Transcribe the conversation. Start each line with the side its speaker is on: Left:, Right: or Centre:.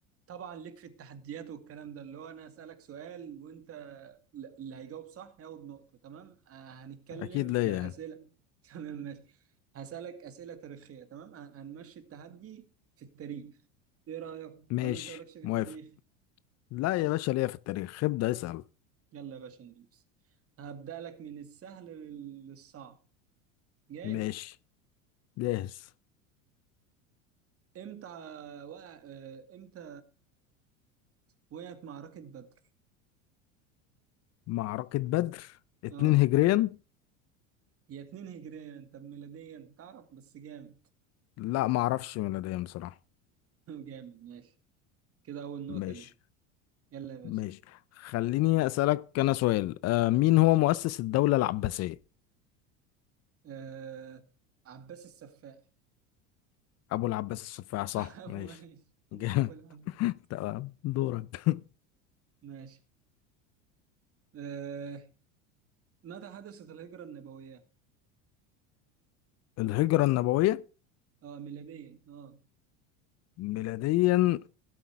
Right: طبعا ليك في التحديات والكلام ده اللي هو انا اسالك سؤال وانت ل- اللي هيجاوب صح ياخد نقطه تمام آه هنتكلم
Left: اكيد
Right: في
Left: ليا
Right: اسئله
Left: يعني
Right: <laughs> تمام ماشي هسالك اسئله تاريخيه تمام هن- هنمشي التحدي في التاريخ ايه رايك
Left: ماشي
Right: ولا انت مالكش في التاريخ
Left: موافق لا يا باشا ليا في التاريخ ابدأ اسأل
Right: يلا يا باشا ندوس هبدا لك من السهل لل- للصعب جايز
Left: ماشي جاهز
Right: امتى وقع آه، امتى وقعت معركه بدر
Left: معركة بدر اتنين
Right: اه
Left: هجريا
Right: هي 2 هجريا انت ميلاديا تعرف بس جامد
Left: لا معرفش ميلاديا بصراحة
Right: <laughs> جامد ماشي كده أول نقطة
Left: ماشي
Right: لي يلا يا باشا
Left: ماشي خليني اسألك انا سؤال آه مين هو مؤسس الدولة العباسية
Right: آه... عباس السفاح
Left: ابو العباس السفاح صح
Right: <laughs> أول
Left: ماشي جامد
Right: أول عبد
Left: <laughs> تمام دورك
Right: ماشي آه... متى حدثت الهجرة النبوية؟
Left: الهجرة النبوية
Right: اه ميلاديا اه
Left: ميلاديا